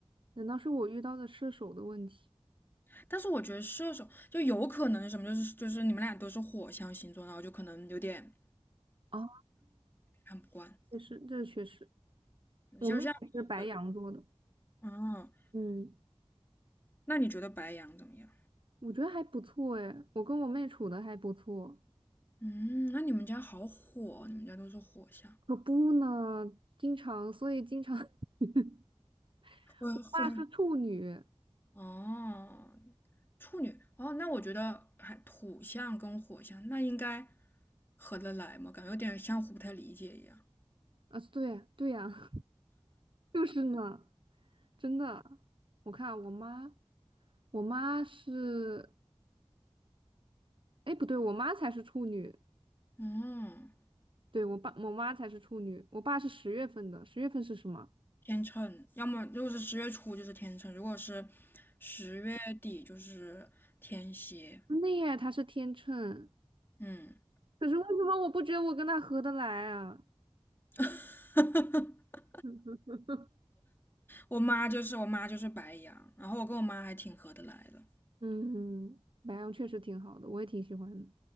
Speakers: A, on the right (about 55°); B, on the left (about 20°).
A: 难道是我遇到的射手的问题？
B: 但是我觉得射手就有可能是什么，就是就是你们俩都是火象星座，然后就可能有点
A: 哦，
B: 看不惯。
A: 也是，这确实，我妹也是白羊座的，
B: 肖像我，嗯，
A: 嗯，
B: 那你觉得白羊怎么样？
A: 我觉得还不错哎，我跟我妹处的还不错。
B: 嗯，那你们家好火，你们家都是火象，
A: 可不呢，经常，所以经常，<laughs>
B: 会会
A: 我爸是处女
B: 哦，处女哦，那我觉得还土象跟火象那应该合得来吗？感觉有点相互不太理解一样。
A: 啊，对呀，对呀，<laughs> 就是呢。真的，我看我妈，我妈是，哎，不对，我妈才是处女，
B: 嗯，
A: 对，我爸，我妈才是处女，我爸是十月份的，十月份是什么？
B: 天秤，要么如果是十月初就是天秤，如果是十月底就是天蝎。
A: 真的耶，他是天秤，
B: 嗯，
A: 可是为什么我不觉得我跟他合得来啊？
B: <laughs>
A: <laughs>
B: 我妈就是我妈就是白羊，然后我跟我妈还挺合得来的。
A: 嗯，白羊确实挺好的，我也挺喜欢的。